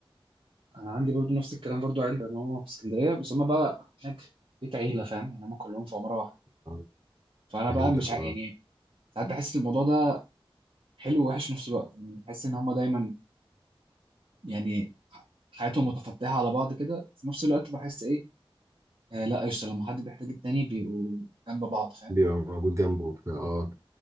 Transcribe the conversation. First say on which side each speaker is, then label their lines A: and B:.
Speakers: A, on the right; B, on the right.
A: انا عندي برضو نفس الكلام برضو عيلة ماما في اسكندريه بس هما بقى هناك بيت عيله فاهم يعني هما كلهم في عماره واحده
B: آه،
A: فانا
B: فهمتك
A: بقى مش ع...
B: اه
A: يعني ساعات بحس الموضوع ده حلو ووحش في نفس الوقت يعني بحس ان هما دايما يعني ح- حياتهم متفتحه على بعض كده في نفس الوقت بحس ايه آه لا قشطه لما حد بيحتاج التاني بيبقوا جنب بعض فاهم
B: بيبقى موجود جنبه وبتاع، اه